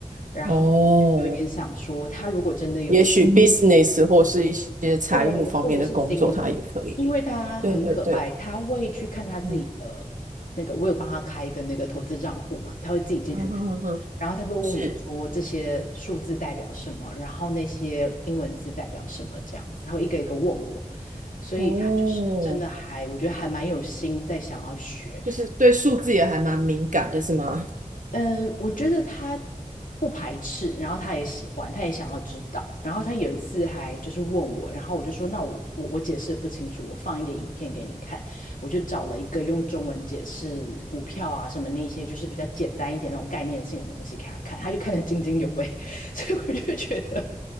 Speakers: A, on the left; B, on the right.
A: 然后我就有点想说，
B: 哦，
A: 他如果真的有兴
B: 也许嗯 business 或是一些财务方面的工作，
A: 对，或者是金融，
B: 它也可以。
A: 因为他很可爱，
B: 对对对，
A: 他会去看他自己的那个，
B: 嗯，
A: 我有帮他开一个那个投资账户嘛，他会自己进去看，
B: 嗯嗯哼哼哼，
A: 然后他会问我说这些数字代表什么，
B: 是，
A: 然后那些英文字代表什么这样子，他会一个一个问我，所以他就是真的还，
B: 哦，
A: 我觉得还蛮有心在想要学，
B: 就是对数字也还蛮敏感的，是吗？
A: 呃，我觉得他不排斥，然后他也喜欢，他也想要知道。然后他有一次还就是问我，然后我就说，那我我我解释得不清楚，我放一个影片给你看。我就找了一个用中文解释股票啊什么那些，就是比较简单一点那种概念性的东西给他看，他就看得津津有味。<laughs> 所以我就觉得，